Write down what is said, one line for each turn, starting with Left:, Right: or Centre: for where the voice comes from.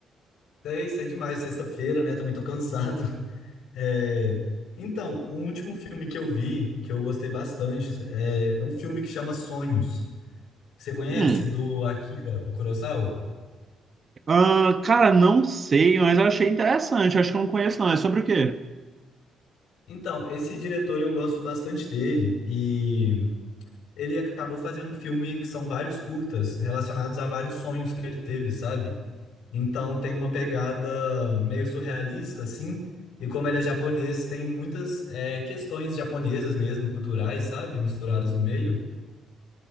Left: Sei, sei demais, sexta-feira, né? Também tô cansado. <laughs> É, Então, o último filme que eu vi, que eu gostei bastante, é, é um filme que chama Sonhos. Você conhece?
Right: Hum.
Left: Do Akira Kurosawa?
Right: Ah, cara, não sei, mas eu achei interessante, acho que eu não conheço não. É sobre o quê?
Left: Então, esse diretor eu gosto bastante dele e ele acabou fazendo um filme que são vários curtas relacionados a vários sonhos que ele teve, sabe? Então tem uma pegada meio surrealista, assim. E como ele é japonês, tem muitas é, questões japonesas mesmo, culturais, sabe? Misturadas no meio.